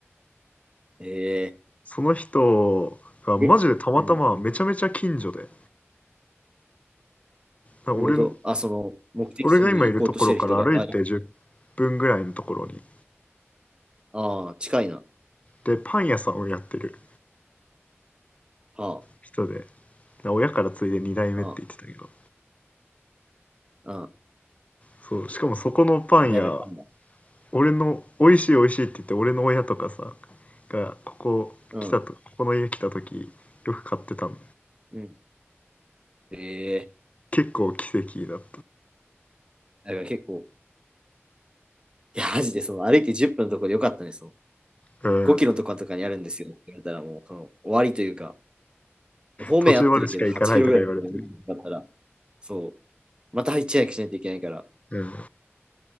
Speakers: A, on the right; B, on the left.
A: ええ
B: その人がマジでたまたまめちゃめちゃ近所で、
A: え、うん。ど
B: 俺、
A: ういうことあ、その、目的地に行こうとしてる人が、
B: 俺が今いるところから歩いて10
A: あ、
B: 分ぐらいのところに、
A: あー、近いな。は
B: で、パン屋さんをやってる
A: あ、
B: 人で、親から継いで2代目って言ってたけど、
A: ああ、ああ、
B: そう、しかもそこのパン屋、
A: 二代目パンダ。
B: 俺の、美味しい美味しいって言って、俺の親とかさ、が、ここ来たと、
A: うん、
B: ここの家来た時、よく買ってたの。
A: うん。ええ
B: 結構奇跡だっ
A: だから結構、いや、マジで、その、歩いて10分のところでよかったね、その、
B: た。うん。
A: 5キロとかとかにあるんですよって言われたら、もう、その、終わりというか、方面合ってるけど、
B: 途中までしか行かないとか言われて。
A: 8キロぐらいのところで見るなかったら、そう、また一夜しないといけないから、
B: うん。